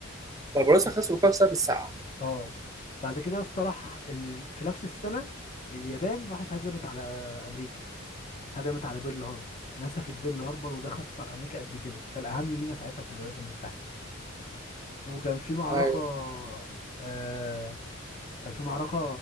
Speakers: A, on the right (about 15°); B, on the left (about 35°).
A: فرنسا خسروا فيها بسبب الساعه
B: اه بعد كده يا اسطى راح ال... في نفس السنة اليابان راحت هجمت على أمريكا هجمت على بيرل هاربر نسفت بيرل هاربر وده خسر امريكا قد كده كان اهم ميناء ساعتها في الولايات المتحده وكان في معركه
A: ايوه
B: آه كان في معركه